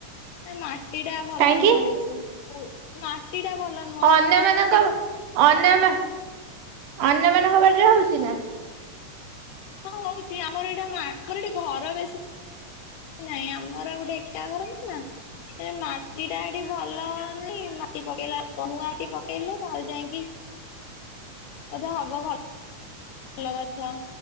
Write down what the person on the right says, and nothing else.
କାହିଁକି?
ଅନ୍ୟମାନଙ୍କ
ଅନ୍ୟମା ଅନ୍ୟମାନଙ୍କ ବାଡିରେ ହଉଚି ନା।